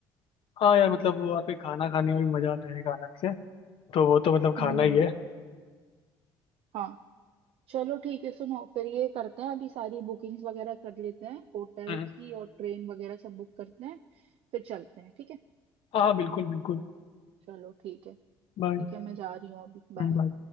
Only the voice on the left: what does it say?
हाँ यार मतलब वो वहाँ पे खाना खाने में भी मजा आता है एक अलग से तो वो तो मतलब खाना
ही है
हम्म।
हाँ बिल्कुल बिल्कुल
बाय
बाय